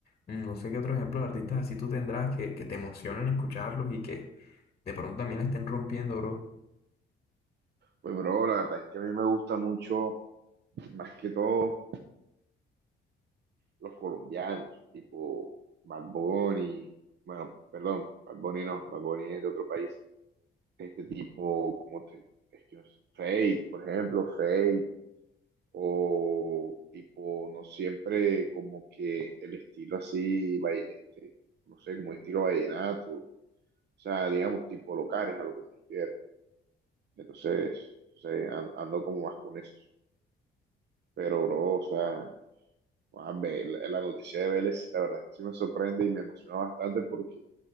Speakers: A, on the left; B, on the right.
A: Mm, No sé qué otro ejemplo de artistas así tú tendrás que, que te emocionen escucharlos y que de pronto también la estén rompiendo, bro.
B: Pues bro, la verdad es que a mí me gusta mucho, más que todo, los colombianos, tipo Bad Bunny, bueno, perdón, Bad Bunny no, Bad Bunny es de otro país, este tipo, como te, es que no sé, Fate, por ejemplo, Fate, o tipo, no siempre como que el estilo así, vai- este, no sé, como estilo vallenato, O sea, digamos, tipo locales a lo que me refiero. Entonces, o sea, an- ando como más con eso. Pero, bro, o sea, ah, ve- la la noticia de Vélez, la verdad es que sí me sorprende y me emociona bastante porque,